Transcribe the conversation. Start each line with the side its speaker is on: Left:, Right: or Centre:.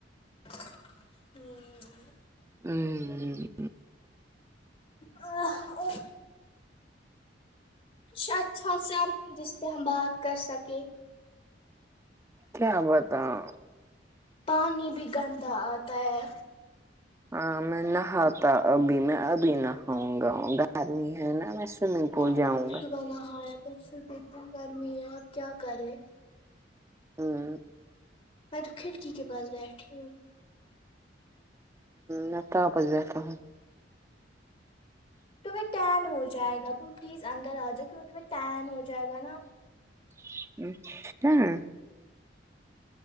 Left: ہمم
Right: ہمم
Left: <inaudible> اچھا اچھا سا جس پہ ہم بات کر سکیں
Right: کیا بتاو
Left: پانی بھی گندا آتا ہے
Right: ہاں میں نہاتا ابھی میں ابھی نہاؤں گا گر ہے نا سوئمنگ پول
Left: نہیں
Right: جاؤں
Left: ابھی
Right: گا
Left: صبح نہایا پھر سے اتنی گرمی ہے اب کیا کرے
Right: ہمم
Left: میں تو کھڑکی کے پاس بیٹھی ہوں
Right: میں تاپس بیٹھی
Left: تمہیں ٹین ہو جائے گا تم پلیز اندر آ جاؤ کیونکہ تمہیں ٹین ہو جائے گا نا
Right: <unintelligible>